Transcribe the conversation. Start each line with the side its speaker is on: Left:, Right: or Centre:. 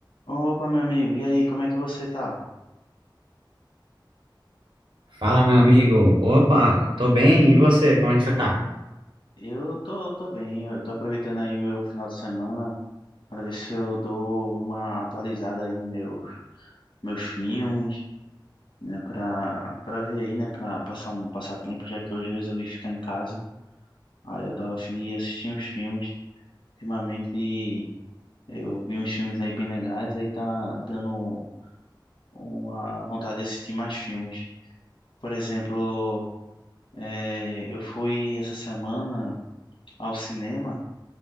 Left: Opa, meu amigo, e aí, como é que você tá?
Right: Fala, meu amigo. Opa, tô bem. E você? Como é que você tá?
Left: Eu tô, tô bem, eu tô aproveitando aí o meu final de semana para ver se eu dou uma atualizada aí nos meus, meus filmes, né, pra, pra ver aí, né, pra passar um passatempo, já que hoje eu resolvi ficar em casa. Aí eu tava afim de assistir uns filmes, ultimamente eu vi uns filmes aí bem legais, aí tá dando uma vontade de assistir mais filmes. Por exemplo, eh, eu fui essa semana ao cinema,